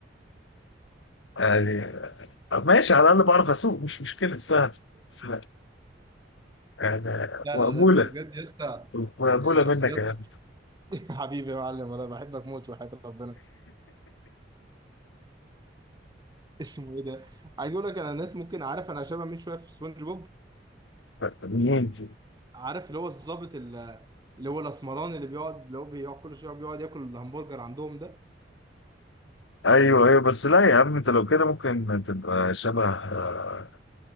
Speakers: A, on the left; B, on the right.
A: يعني آه، ماشي على الاقل بعرف اسوق مش مشكله سهل سهل يعني
B: لا
A: مقبوله
B: لا لا بس بجد يا اسطى
A: مقبوله
B: شخصيات
A: منك يا
B: <laughs>
A: عم
B: حبيبي يا معلم والله بحبك موت وحياة ربنا اسمه ايه ده عايز اقول لك انا الناس ممكن عارف انا شبه مين شويه في سبونج بوب
A: <laughs> منين دي؟
B: عارف اللي هو الظابط ال- اللي هو الاسمراني اللي بيقعد اللي هو بيقعد كل شويه بيقعد ياكل الهمبرجر عندهم ده
A: ايوه ايوه بس لا يا عم انت لو كده ممكن تبقى شبه آه،